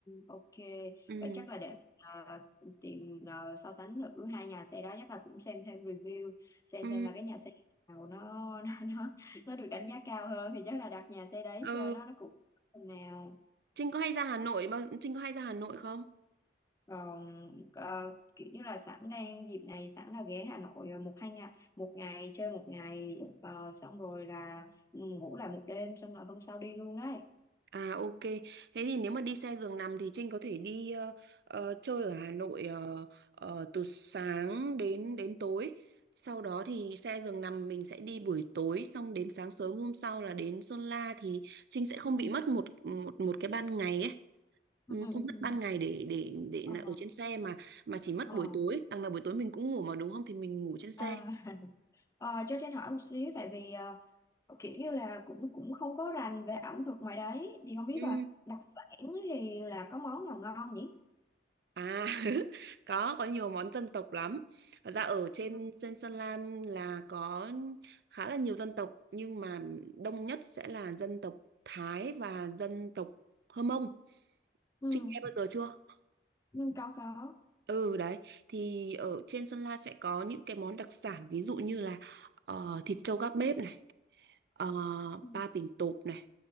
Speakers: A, on the left; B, on the right.
A: ok,
B: ừ.
A: vậy chắc là để ờ, tìm ờ, so sánh thử hai nhà xe đó chắc là cũng xem thêm review xem
B: Ừ.
A: xem là cái nhà xe nào nó <laughs> nó nó, nó được đánh giá cao hơn thì chắc là đặt nhà xe đấy
B: Ờ,
A: cho nó nó cũng phần nào.
B: Trinh có hay ra Hà Nội bao Trinh có hay ra Hà Nội không
A: Còn ờ, kiểu như là sẵn đang dịp này sẵn là ghé Hà Nội ờ, một hai ngày một ngày chơi một ngày ờ, xong rồi là ừ, ngủ lại một đêm xong rồi hôm sau đi luôn đấy
B: À ok, thế thì nếu mà đi xe giường nằm thì Trinh có thể đi ờ, ờ, chơi ở Hà Nội ờ, ờ, từ sáng đến đến tối. Sau đó thì xe giường nằm mình sẽ đi buổi tối xong đến sáng sớm hôm sau là đến Sơn La thì Trinh sẽ không
A: Ừ.
B: bị mất một một một cái ban ngày ấy.
A: Ừ.
B: Ừ,
A: Ừ.
B: Không
A: ừ, ừ.
B: mất ban ngày để để để
A: Ờ,
B: là ở trên xe mà mà chỉ mất
A: ờ.
B: buổi tối, đằng nào buổi tối mình cũng ngủ mà đúng không thì mình ngủ trên xe.
A: à, <laughs> ờ, cho Trinh hỏi một xíu tại vì ờ, kiểu như là cũng cũng không có rành về ẩm thực ngoài đấy thì không biết
B: Ừ.
A: là đặc sản thì là có món nào ngon nhỉ
B: À <laughs> có có nhiều món dân tộc lắm. Thật ra ở trên
A: Ừ.
B: trên Sơn La là có khá là nhiều dân tộc nhưng mà đông nhất sẽ là dân tộc Thái và dân tộc Hơ Mông.
A: ừ,
B: Trinh nghe bao giờ chưa?
A: ừ có có
B: Ừ đấy, thì ở trên Sơn La sẽ có những cái món đặc sản ví dụ như là ờ, thịt trâu gác bếp này, ờ,
A: Ừ.
B: ba bình tộp này